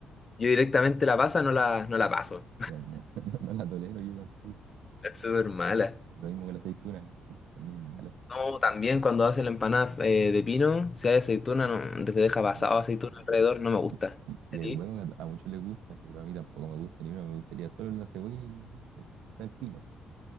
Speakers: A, on the left; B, on the right.
A: Yo directamente la pasa, no la, no la paso.
B: No, no, <laughs> no- no la tolero yo tampoco.
A: Es súper mala.
B: Lo mismo que la aceituna, la encuentro muy mala.
A: No, también cuando hace la empanada eh, de pino, si hay aceituna, no, te deja pasado
B: ¿no?
A: aceituna alrededor, no me gusta.
B: Y, y- y
A: ¿A ti?
B: el huevo a, a muchos les gusta, pero a mí tampoco me gusta ni uno. Me gustaría solo la cebolla y el, el, o sea, el pino.